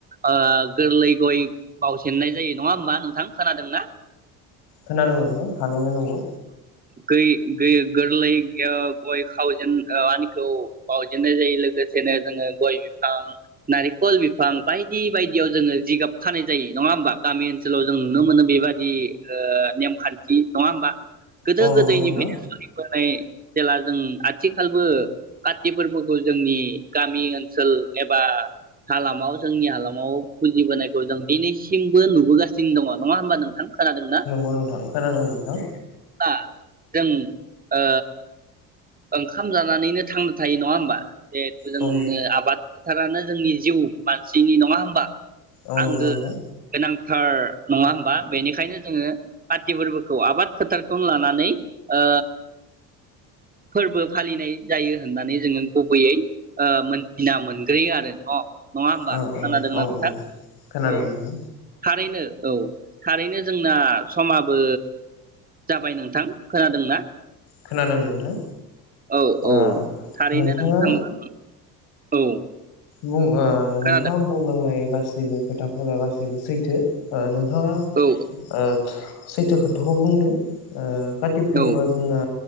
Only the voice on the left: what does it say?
खोनादों नोंथां थारैनो नंगौ
औ
नंगौ नोंथां
औ नोंथां खोनादों नोंथां।
औ
औ
नंगौ नोंथां
ओ
औ
औ खोनादों
नोंथां
खोनादों नोंथां।
ओ
नोंथाङा
बुं ओ नोंथा
बुंलांनाय बा गासैबो खोथाफोरा गासैबो सैथो ओ नों <unintelligible>
ओ सैथो खोथाखौ बुंदों ओ काति फोरबोआ
जोंना